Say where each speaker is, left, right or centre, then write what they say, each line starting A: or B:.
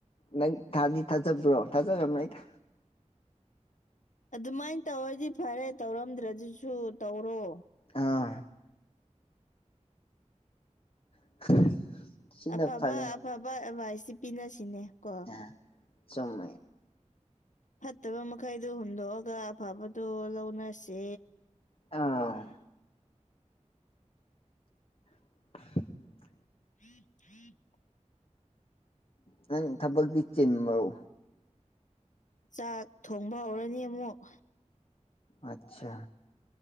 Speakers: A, on the left; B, on the left.
A: ꯅꯪ ꯊꯥꯗꯤ ꯊꯥꯖꯕ꯭ꯔꯣ ꯊꯥꯖꯔꯝꯔꯩꯗ
B: ꯑꯗꯨꯃꯥꯏ ꯇꯧꯔꯗꯤ ꯐꯔꯦ ꯇꯧꯔꯝꯗ꯭ꯔꯥꯗꯨꯁꯨ ꯇꯧꯔꯣ
A: ꯑꯥ <inaudible>
B: ꯑꯐꯕ
A: ꯐꯔꯦ
B: ꯑꯐꯕ ꯑꯦꯗꯚꯥꯏꯁꯤ ꯄꯤꯅꯁꯤꯅꯦ ꯀꯣ
A: ꯑ ꯆꯨꯝꯃꯦ
B: ꯐꯠꯇꯕ ꯃꯈꯩꯗꯨ ꯍꯨꯟꯗꯣꯛꯑꯒ ꯑꯐꯕꯗꯣ ꯂꯧꯅꯁꯦ
A: ꯑꯥ <inaudible>
B: <inaudible>
A: ꯅꯪ ꯊꯕꯛꯇꯤ ꯆꯤꯟꯕ꯭ꯔꯣ
B: ꯆꯥꯛ ꯊꯣꯡꯕ ꯍꯧꯔꯅꯤ ꯑꯃꯨꯛ
A: ꯑꯆꯥ